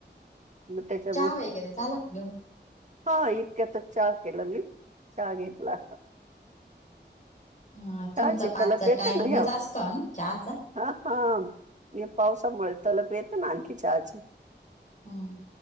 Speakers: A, on the right; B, on the left.
A: मग त्याच्या
B: वगैरे झाला का घेऊन
A: हा इतक्यात चहा केला, मी चहा घेतला
B: हा,
A: चहाची
B: तुमचा पाचचा
A: तलप येते
B: टायमिंगच
A: ना ह्या
B: असतो ना चहाचा
A: हा हा, हे पावसामुळे तलब येतेना आणखी चहाची
B: हम